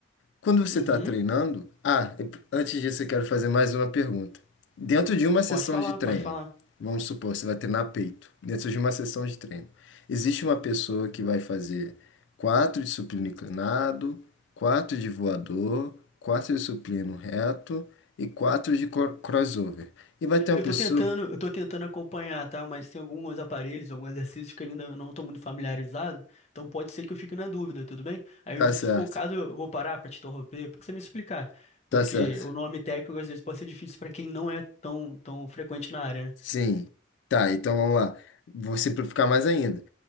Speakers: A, on the left; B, on the left.
A: Quando você
B: Uhum,
A: está treinando, ah, e- antes disso eu quero fazer mais uma pergunta. Dentro de uma sessão
B: pode falar,
A: de treino,
B: pode falar.
A: vamos supor, você vai treinar peito. Dentro de uma sessão de treino, existe uma pessoa que vai fazer quatro de supino inclinado, quatro de voador, quatro de supino reto e quatro de cro- crossover. E vai ter uma
B: Eu
A: pessoa.
B: tô tentando, eu tô tentando acompanhar, tá? Mas tem alguns aparelhos, alguns exercícios que ainda eu não tô muito familiarizado, então pode ser que eu fique na dúvida, tudo bem? Aí,
A: Tá certo,
B: se for o caso, eu vou parar pra te interromper, porque você me explicar.
A: tá
B: Porque
A: certo.
B: o nome técnico às vezes pode ser difícil pra quem não é tão, tão frequente na área, né?
A: Sim. Tá, então vamos lá. Vou simplificar mais ainda.